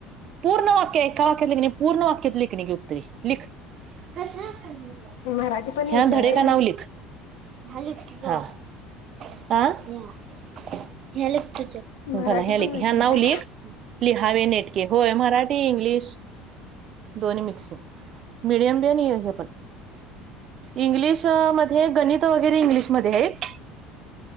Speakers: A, on the right; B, on the left.
A: पूर्ण वाक्य आहे एका वाक्यात लिखणे पूर्ण वाक्यात लिखणे गी उत्तरी लिख <unintelligible>
B: मराठी पण
A: ह्या
B: विषय
A: धडे
B: आहे
A: का
B: व्हय
A: नावलिक <unintelligible> ल <unintelligible>
B: मराठी
A: भला ह्या
B: पण
A: लिख
B: विषय
A: ह्या नाव
B: हाय
A: लिख लिहावे नेटके होय मराठी इंग्लिश <unintelligible> दोन्ही मिक्सिंग मिडियम बी आणि एज पण. इंग्लिशमध्ये गणित वगैरे इंग्लिशमध्ये हाईत.